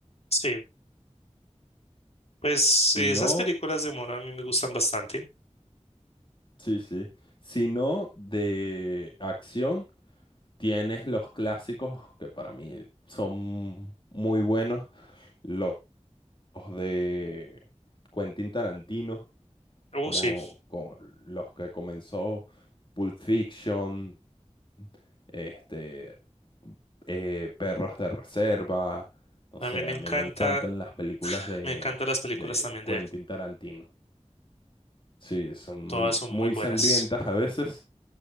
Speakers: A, on the left; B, on the left.
A: Sí, pues
B: Si
A: esas
B: no,
A: películas de humor a mí me gustan bastante.
B: sí, sí. Si no, de acción, tienes los clásicos que para mí son muy buenos, los de Quentin Tarantino
A: Oh,
B: como
A: sí,
B: con los que comenzó Pulp Fiction, este, eh, Perros de Reserva. O
A: a
B: sea,
A: mí me
B: a
A: encanta,
B: mí me encantan las películas de,
A: me encantan las películas
B: de
A: también de
B: Quentin
A: él.
B: Tarantino. Sí, son
A: Todas son
B: muy
A: muy buenas.
B: sangrientas a veces,